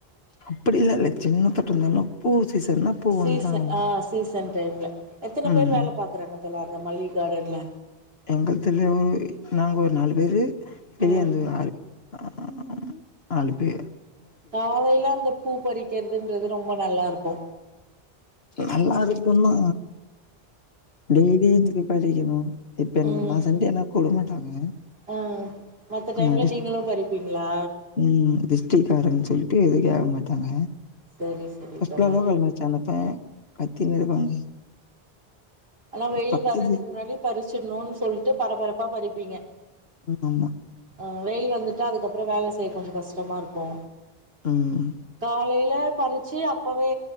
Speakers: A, on the left (about 75°); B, on the right (about 75°).
A: அப்படிலா இல்ல சின்னத்தோட்டன்னாலு பூ சீசன்னா பூ
B: சீசன்
A: வந்துதா ஆகு
B: அ சீசன் டைம்ல எத்தன
A: ம்
B: பேர் வேல பாக்குறாங்க தோழா அந்த மல்லி காடன்ல
A: எங்கத்துல ஒரு நாங்க ஒரு நாலு பேரு வெளியேந்து
B: ம்
A: ஒரு ஆறு அ நாலு பே
B: காலைல அந்த பூப் பறிக்கறதுன்றது ரொம்ப நல்லாருக்கு
A: நல்லாருக்குந்தா டெய்லிக்கி எந்துக்கு பறிக்கணு இப்போ என்
B: ம்
A: நா சண்டேன்னா கூப்ட மாட்டாங்க
B: ஆ மத்த டைம்ல
A: நா டிஸ்
B: நீங்கதா பறிப்பீங்ளா
A: ம் மிஷ்டேக் ஆயிருன் சொல்லிட்டு எதுலயு ஏற மாட்டாங்க
B: சரி சரி
A: ஃபஸ்ட்
B: தோழா
A: எவ்ளோ தெரிமா வச்சாங்க அப்ப பத்து இருவது ரூவானு
B: அதா வெயில்
A: பச்சது
B: வர்றதுக்கு முன்னாடி பறிச்சிடணுன் சொல்லிட்டு பரபரப்பா பறிப்பீங்க
A: ம் ஆமா
B: ஆ வெயில் வந்துட்டா அதுக்கப்புறோ வேல செய்ய கொஞ்சொ கஷ்டமாருக்கு
A: ம் ம்
B: காலேல பறிச்சு அப்பவே